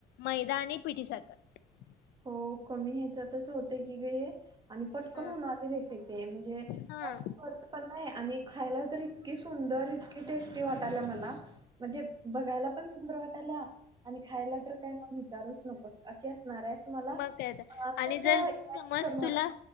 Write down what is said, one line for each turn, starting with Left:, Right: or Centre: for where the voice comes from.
Left: मैदा आणि पिठी साखर
Right: हो कमी ह्याच्यातच होते की ग हे. आणि पटकन
Left: हा
Right: होणारी रेसिपी आहे म्हणजे
Left: हा
Right: जास्त खर्च पण नाही आणि खायला तरी इत तकी सुंदर इतके टस्ट ते वाटायलाय मला म्हणजे बघायला पण सुंदर वाटाल्या आणि खायला तर काय मग विचारूच नकोस अशी असणार आहे असं मला
Left: मग काय तर आणि
Right: तस
Left: जर
Right: इमॅजिन
Left: समज
Right: करून
Left: तुला
Right: वाट